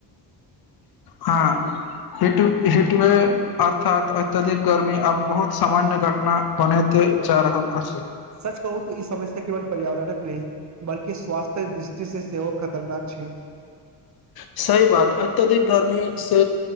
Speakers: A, on the left (about 60°); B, on the right (about 40°).
A: हँ। हेट हटमे। अर्थात अत्यधिक गर्मी आब बहुत सामान्य घटना बनते जा रहल अछि।
B: सच कहू तू इ समझता केवल पर्यावरणक नहि बल्कि स्वास्थ्यक दृष्टि से सेहो खतरनाक छैय।
A: सही बात अत्यधिक गर्मी से